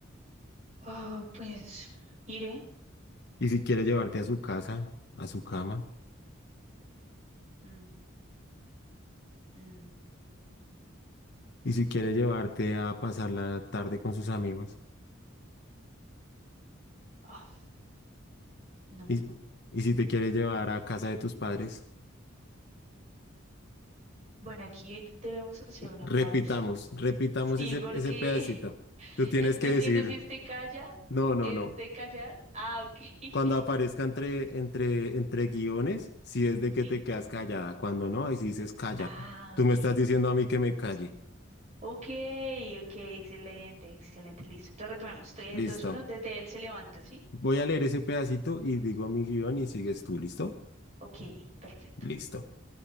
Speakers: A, on the right; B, on the left.
A: Ah, pues iré.
B: ¿Y si quiere llevarte a su casa, a su cama?
A: Mm, mm,
B: ¿Y si quiere llevarte a pasar la tarde con sus amigos?
A: ah, no.
B: ¿Y, y si te quiere llevar a casa de tus padres?
A: Bueno, aquí debemos hacer una
B: Repitamos,
A: pausa.
B: repitamos
A: Sí,
B: ese,
A: porque
B: ese pedacito.
A: <laughs>
B: Tú tienes
A: no
B: que
A: entiendo
B: decir,
A: si este calla
B: no, no,
A: es
B: no.
A: de callar. Ah, ok. <laughs>
B: Cuando aparezca entre, entre, entre guiones, si es de
A: Sí.
B: que te quedas callada, cuando no, ahí sí dices calla.
A: Ah,
B: Tú
A: ok.
B: me estás diciendo a mí que me calle.
A: Ok, ok, excelente, excelente, listo. Entonces retomemos. 3,
B: Listo.
A: 2, 1, desde él se levanta, ¿sí?
B: Voy a leer ese pedacito y digo mi guión y sigues tú, ¿listo?
A: Ok, perfecto.
B: Listo.